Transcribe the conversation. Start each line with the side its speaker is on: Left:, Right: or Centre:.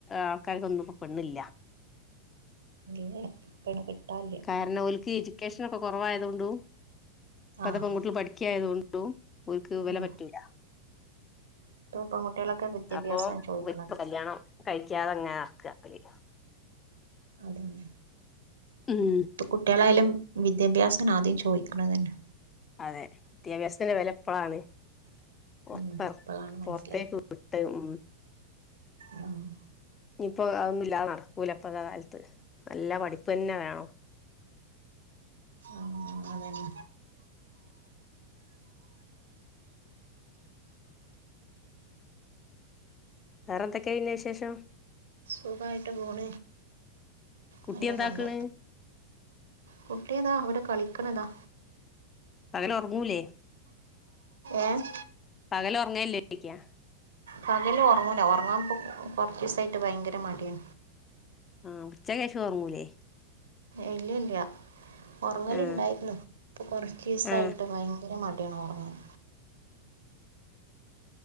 Left: ആൾക്കാർക്കൊന്നും ഇപ്പോ പെണ്ണില്ല
Right: ഇല്ല ഇപ്പയ്ൻ കിട്ടാൻ ല്ലാ
Left: കാരണം ഒൽക്ക് എഡ്യൂക്കേഷൻ ഒക്കെ കുറവായതുകൊണ്ട് പതെ
Right: ആഹ്
Left: പെൺകൂട്ട്യാൾ പഠിക്കയതു കൊണ്ടും ഓല്ക്ക് ഇവരെ
Right: ഉം
Left: പറ്റൂല്ല
Right: ഇപ്പൊ പെൺകുട്ടികളൊക്കെ വിദ്യാഭ്യാസാണ്
Left: അപ്പൊ
Right: ചോദിക്കണത്
Left: വർക്ക് കല്യാണം കഴിക്കാതെ ഇങ്ങനെ നടക അവര്
Right: അതന്നെ
Left: ഉം
Right: ഇപ്പ കുട്ട്യാളായാലും വിദ്യാഭ്യാസം ആദ്യം ചോദിക്കണ തന്നെ
Left: അതെ വിദ്യാഭ്യാസത്തിന്റെ വില ഇപ്പഴാണ് പുറത്തെ
Right: ഉം ഇപ്പളാണ് മനസ്സിലായത്
Left: പുറത്തേക്ക് വിട്ട് ഉം
Right: ആഹ്
Left: ഇനിയിപ്പോ അതൊന്നുല്ലാതെ നടക്കൂല ഇപ്പഴത്തെ കാലത്ത് നല്ല പഠിപ്പ് തന്നെ വേണോ
Right: ആഹ് അതന്നെ
Left: വേറെ എന്തൊക്കെയ പിന്നെ വിശേഷം
Right: സുഖയിട്ട് പോണ
Left: കുട്ടി
Right: നല്ല
Left: എന്താക്ക്ണ്
Right: പാട് കുട്ടിയതാ ഇവിടെ കളിക്കണതാ
Left: പകല് ഉറങ്ങൂലേ
Right: ഏഹ്
Left: പകൽ ഉറങ്ങല്ലെ ചോയ്ക്ക
Right: പകല് ഉറങ്ങൂല ഒറങ്ങാൻപ്പ കുറച്ച് ദിവസായിട്ട് ഭയങ്കര മടിയ
Left: ഉം ഉച്ചകേഷം ഉറങ്ങൂലേ
Right: ഇല്ലല്ല ഉറങ്ങല
Left: ആ
Right: ഇണ്ടായിരുന്നു ഇപ്പൊ കുറച്ച് സായിട്ട്
Left: ആ
Right: ഭയങ്കര <unintelligible>